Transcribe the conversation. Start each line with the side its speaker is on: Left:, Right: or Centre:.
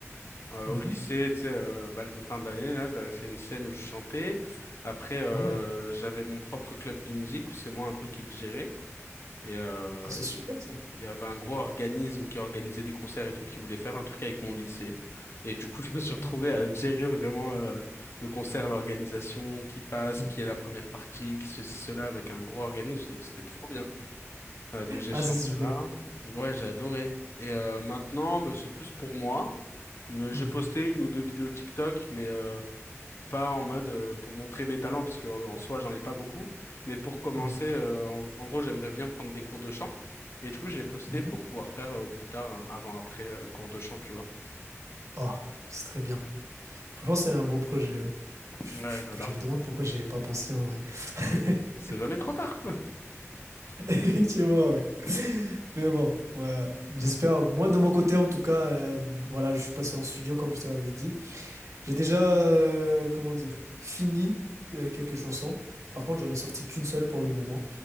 Left: Euh,
Right: Mhm.
Left: au lycée, tu sais, euh, bal de fin d'année, là, j'avais fait une scène où je chantais. Après, euh,
Right: Ah ouais.
Left: j'avais mon propre club de musique où c'est moi un peu qui le gérais. Et euh,
Right: Ah, c'est super
Left: il
Right: ça.
Left: y avait un gros organisme qui organisait des concerts et tout, qui voulait faire un truc avec mon lycée. Et du coup, <laughs> je me suis
Right: Mhm.
Left: retrouvé à gérer vraiment euh, le concert, l'organisation, qui passe,
Right: Mhm.
Left: qui est la première partie, qui ceci, cela, avec un gros organisme. Donc, c'était trop bien. Euh, donc, j'ai
Right: Ah,
Left: chanté
Right: c'est super.
Left: là. Ouais, j'ai adoré. Et euh, maintenant, bah, c'est plus pour moi. Mais
Right: Mhm.
Left: J'ai posté une ou deux vidéos TikTok, mais euh, pas en mode euh, pour montrer mes talents, parce que euh, en soi, j'en ai pas beaucoup. Mais pour commencer,
Right: Mhm.
Left: euh, en, en gros, j'aimerais bien prendre des cours de chant. Et du coup, je l'ai posté
Right: Mhm.
Left: pour pouvoir faire euh, plus tard un avant-après euh, cours de chant, tu vois.
Right: Ah, c'est très bien. Franchement, c'est un bon projet. hein. Je,
Left: Ouais, j'adore.
Right: je- je me demande pourquoi j'y ai pas pensé en vrai. <laughs>
Left: C'est jamais trop tard.
Right: Effectivement, ouais. Mais bon, ouais. J'espère. Moi, de mon côté, en tout cas, euh, voilà, je suis passé en studio, comme je te l'avais dit. J'ai déjà, euh, comment dire, fini euh, quelques chansons. Par contre, j'en ai sorti qu'une seule pour le moment